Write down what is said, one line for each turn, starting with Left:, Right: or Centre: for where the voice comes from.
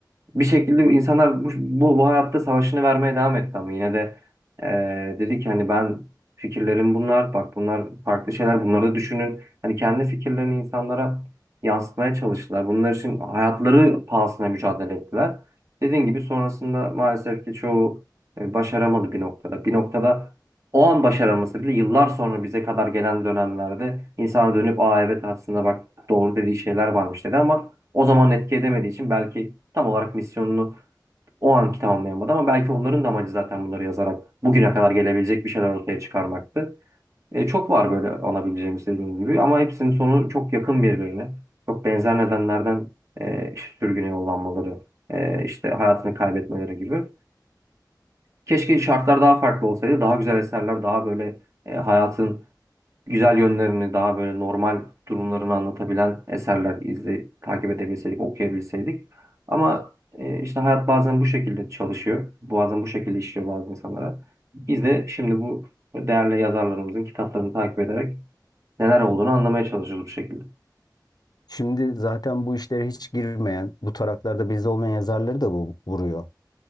Right: bir şekilde insanlar bu, bu, bu hayatta savaşını vermeye devam etti ama yine de eee dedi ki hani ben fikirlerim bunlar bak bunlar farklı şeyler bunları da düşünün. Hani kendi fikirlerini insanlara yansıtmaya çalıştılar. Bunlar için hayatları pahasına mücadele ettiler. Dediğim gibi sonrasında maalesef ki çoğu e, başaramadı bir noktada. Bir noktada o an başaraması bile yıllar sonra bize kadar gelen dönemlerde insana dönüp aa evet aslında bak doğru dediği şeyler varmış dedi ama o zaman etki edemediği için belki tam olarak misyonunu o anki tamamlayamadı ama belki onların da amacı zaten bunları yazarak bugüne kadar gelebilecek bir şeyler ortaya çıkarmaktı. E, çok var böyle alabileceğimiz dediğim gibi ama hepsinin sonu çok yakın birbirine. Çok benzer nedenlerden e, işte sürgüne yollanmaları, e, işte hayatını kaybetmeleri gibi. Keşke şartlar daha farklı olsaydı. Daha güzel eserler, daha böyle e, hayatın güzel yönlerini daha böyle normal durumlarını anlatabilen eserler izle takip edebilseydik, okuyabilseydik. Ama e, işte hayat bazen bu şekilde çalışıyor. Bazen bu şekilde işliyor bazı insanlara. Biz de şimdi bu değerli yazarlarımızın kitaplarını takip ederek neler olduğunu anlamaya çalışıyoruz bu şekilde.
Left: Şimdi zaten bu işlere hiç girmeyen, bu taraklarda bizde olmayan yazarları da bu vuruyor.